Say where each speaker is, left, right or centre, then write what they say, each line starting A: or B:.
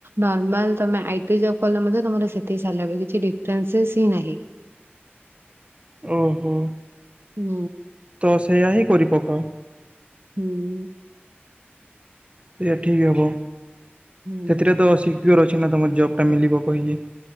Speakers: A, on the right (about 70°); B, on the right (about 30°).
A: ନର୍ମାଲ ଆଇ ଟି ଜ ଅପ୍ କଲେ ମଧ୍ୟ ତମର ସେତିକି ସାଲାରି, କିଛି ଡିଫରେନ୍ସ ସ୍ ହିଁ ନାହିଁ।
B: ଓ ହୋ।
A: ନ
B: ତ ସେଇୟା ହିଁ କରିପକାଅ।
A: ହୁଁ ମ୍।
B: ସେଇଆ ଠିକ୍ ହବ।
A: ହୁଁ
B: ସେଥିରେ ତ ସିକ୍ୟୁର୍ ଅଛି ନା ତମ ଜବ୍ ଟା ମିଲିିବ କହିକି।